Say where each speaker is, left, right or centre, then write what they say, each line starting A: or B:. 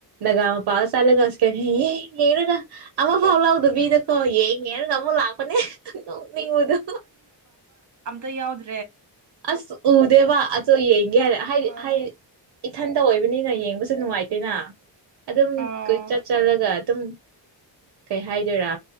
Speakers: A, on the right (about 60°); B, on the right (about 40°).
A: ꯒꯥ ꯄꯥꯎ ꯆꯠꯂꯒ ꯑꯁ ꯀ ꯌꯦ ꯌꯦꯡꯉꯒ ꯑꯃꯐꯥꯎ ꯂꯧꯗꯕꯤꯗꯀꯣ ꯌꯦꯡ ꯌꯦꯡꯉꯒ ꯑꯃꯨꯛ ꯂꯥꯛꯄꯅꯦ ꯅꯣꯛꯅꯤꯡꯕꯗꯣ
B: ꯌꯥꯎꯗ
A: ꯑꯁ ꯎꯗꯦꯕ ꯑꯗꯣ ꯌꯦꯡꯒꯦ ꯍꯥꯏꯔꯦ ꯍꯥꯏꯗꯤ
B: ꯑꯣ
A: ꯍꯥꯏꯗꯤ ꯏꯊꯟꯇ ꯑꯣꯏꯕꯅꯤꯅ ꯌꯦꯡꯕꯁꯨ ꯅꯨꯡꯉꯥꯏꯇꯦꯅ ꯑꯗꯨꯝ
B: ꯎꯝ
A: ꯀꯣꯏ ꯆꯠ ꯆꯠꯂꯒ ꯑꯗꯨꯝ ꯀꯩ ꯍꯥꯏꯗꯣꯏꯔꯥ